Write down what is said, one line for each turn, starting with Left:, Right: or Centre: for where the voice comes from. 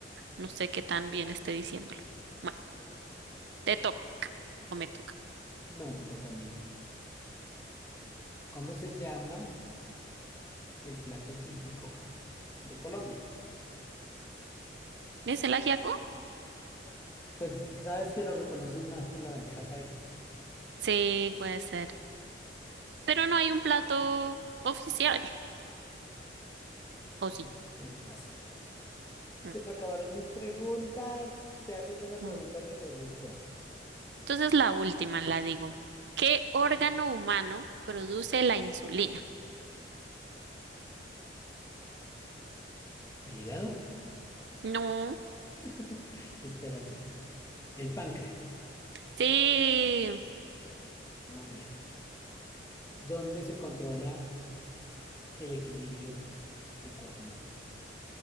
Right: No sé qué tan bien esté diciéndolo. Bueno, te toca o me toca.
Left: No, me toca a mí. ¿Cómo se llama el plato típico de Colombia?
Right: ¿Es el ajiaco?
Left: Pues sabes que lo reconocen más por la bandeja paisa.
Right: Sí, puede ser.
Left: Eh,
Right: Pero no hay un plato oficial, ¿o
Left: sí,
Right: sí?
Left: tienes razón.
Right: Mm.
Left: Se me acabaron mis preguntas. Ve haciéndome preguntas
Right: mm.
Left: mientras busco otras.
Right: Entonces la última la digo. ¿Qué órgano humano produce la insulina?
Left: ¿El hígado?
Right: No,
Left: <laughs> Espérate. El páncreas.
Right: sí, en
Left: Muy bien. donde se controla el equilibrio del cuerpo humano.